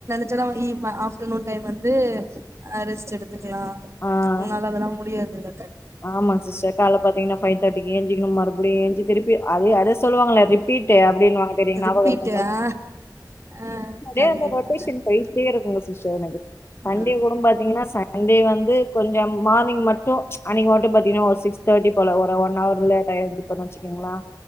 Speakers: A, on the right; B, on the left.
A: <unintelligible> ஆஃப்டர்நூன் டைம் வந்து ஆ ரெஸ்ட் எடுத் த்துக்கலா
B: ஆ
A: உன்னால அதல்லா முடியாதுங்க
B: ஆமா சிஸ்டர் கால்ல பாத்தீங்கன்னா ஃபைவ் தேர்டிக்கு எந்த்ரிக்கணு மறு அப்டி ஏஞ்ச்சு திருப்பி அது அது சொல்லுவாங்கல்ல ரிப் ட்ரீட்டு அப்டினுவாங்க தெரியுங்களா
A: ரிப்பீட்டு
B: ஞாபகோ இருக்குங்களா
A: ஆ ஆ
B: அப்டியே
A: கண்டிப்பா
B: அந்த ரொட்டேஷன்
A: கண்டிப்பா
B: போயிட்டே இருக்குங்க சிஸ்டர் எனக்கு சண்டே
A: ம்
B: கூட பாத்திங்கன்னா சண்டே வந்து கொஞ்ச மார்னிங் மட்டு அன்னக்கி மட்டு பாத்தீங்கன்னா ஒரு சிக்ஸ் தேர்ட்டி போல ஒரு ஒன் அவர் லேட்டா எந்திருப்பன்னு வச்சுக்கங்களே